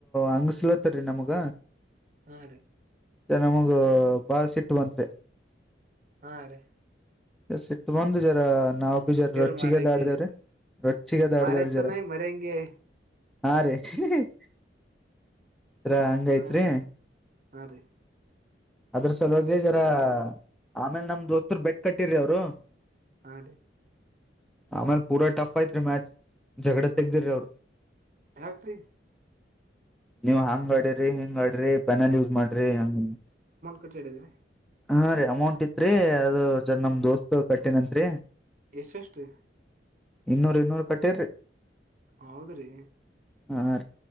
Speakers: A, in the centre; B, on the right.
A: ಹಂಗಸ್ಲತ್ತರಿ ನಮ್ಗ
B: ಹಾ ರೀ
A: ತೆ ನಮಗೂ ಬಾಳ ಸಿಟ್ಟು ಬಂತ್ರಿ
B: ಹಾ ರೀ
A: ಸಿಟ್ಟು ಬಂದು ಜರ ನಾವು ಜರ
B: ಇವ್ರ
A: ರೊಚ್ಚಿಗೆದ್ದ
B: ಮಾರಂಗೆ
A: ದಾಡ್ದೇವ್ರ ರೊಚ್ಚಿಗೆ ದಾಡ್ದೇವ್ರ
B: ಮಾರತ್ತು
A: ಜರ
B: ನೈ ಮರಂಗೆ
A: ಹಾ ರೀ ಹ್ಮ ದ್ರ
B: ಹ
A: ಹಂಗೈತ್ರಿ
B: ಪೂರ ಹಾ ರೀ
A: ಅಂದ್ರು ಸಲುವಾಗಿ ಜೋರ ಆಮೇಲ್ ನಮ್ ದೊತುರ್ ಬೆಟ್ ಕಟ್ಟಿ್ರಿ ಅವರು
B: ಹ ಡಿ
A: ಆಮೇಲೆ ಪೂರಾ ಟಫ್ ಐ್ತ್ ರೀ ಮ್ಯಾಚ್ ಜಗಡ ತೆಗ್ದಿರಿೀ ಅವರು
B: ಯಾಕ್ರೀ
A: ನೀವು ಹಾಂಗ ಆಡ್ರಿ ಹಿಂಗ ಆಡ್ರಿ ಪ್ಯಾನಲ್ ಯೂಸ್ ಮಾಡ್ರಿ ಹಂಗ
B: ಕಟ್ಟ ಹೇಳಿದ್ರಿ
A: ಹಾ ರೀ ಅಮೌಂಟ್ ಇತ್ರಿ ಅದು ಚರ್ ನಮ್ ದೋಸ್ತ್ ಕಟ್ಟೆನಂತ್ರಿ
B: ಎಷ್ಟೆಷ್ಟ್ರೀ
A: ಇನ್ನೂರು ಇನ್ನೂರು ಕಟ್ಟೇರರಿ
B: ಹೌದ್ರೀ
A: ಹಾ ರೀ